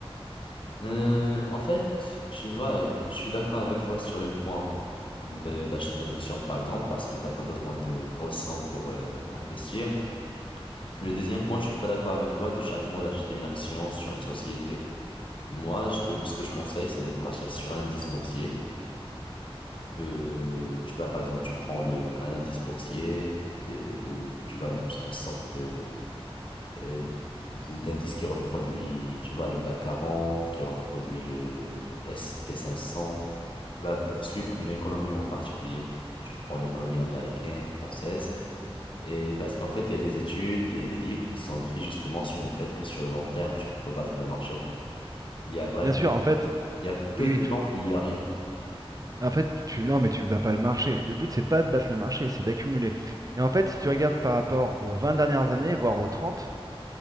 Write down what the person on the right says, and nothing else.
Bien sûr, en fait,
oui,
oui, tout.
En fait, tu non, mais tu bats pas le marché. Le but, c'est pas de battre le marché, c'est d'accumuler. Et en fait, si tu regardes par rapport aux 20 dernières années, voire aux 30.